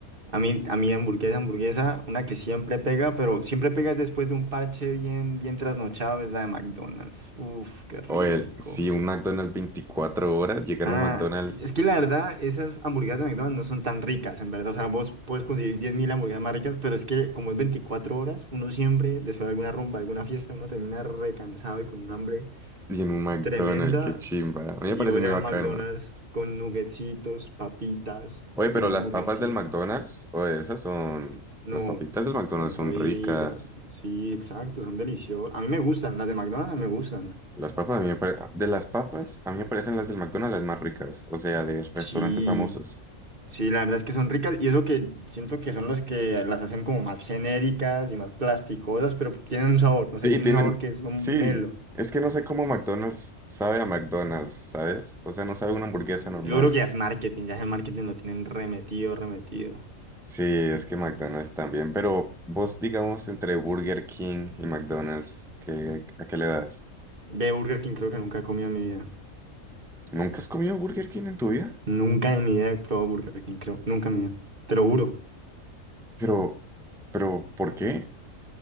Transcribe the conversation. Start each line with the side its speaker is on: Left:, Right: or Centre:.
Right: A mí, a mí hamburguesa, hamburguesa, una que siempre pega, pero siempre pega es después de un parche bien, bien trasnochado, es la de McDonald's. Uf, qué rico.
Centre: O el, sí, un McDonald's 24 horas, llegar
Right: Ah,
Centre: a un McDonald's
Right: es que la verdad, esas hamburguesas de McDonald's no son tan ricas, en verdad. O sea, vos puedes conseguir 10.000 hamburguesas más ricas, pero es que como es 24 horas, uno siempre, después de alguna rumba, alguna fiesta, uno termina recansado y con un hambre
Centre: y en un McDonald's,
Right: tremenda.
Centre: qué chimba. A
Right: Y
Centre: mí me parece
Right: vos
Centre: muy
Right: llegas
Centre: bacano.
Right: a McDonald's con nuggetsitos, papitas
Centre: Oye,
Right: y
Centre: pero
Right: una
Centre: las
Right: hamburguesita.
Centre: papas del McDonald's, o esas son.
Right: No,
Centre: Las papitas del
Right: so-
Centre: McDonald's
Right: son
Centre: son
Right: ricas.
Centre: ricas.
Right: Sí, exacto, son deliciosas. A mí me gustan, las de McDonald's a mí me gustan.
Centre: Las papas, a mí me pare- De las papas, a mí me parecen las del McDonald's las más ricas, o sea, de restaurantes
Right: Sí.
Centre: famosos.
Right: Sí, la verdad es que son ricas y eso que siento que son los que las hacen como más genéricas y más plasticosas, pero tienen un sabor, no sé,
Centre: Sí,
Right: tienen
Centre: tienen,
Right: un sabor que es un
Centre: sí,
Right: melo.
Centre: es que no sé cómo McDonald's sabe a McDonald's, ¿sabes? O sea, no sabe una hamburguesa normal.
Right: Yo creo que ya es marketing, ya es marketing lo tienen remetido, remetido.
Centre: Sí, es que McDonald's también, pero vos digamos entre Burger King y McDonald's, ¿qué, a qué le das?
Right: Ve Burger King creo que nunca he comido en mi vida.
Centre: ¿Nunca has comido Burger King en tu vida?
Right: Nunca en mi vida he probado Burger King, creo, nunca en mi vida. Te lo juro.
Centre: Pero, pero, ¿por qué?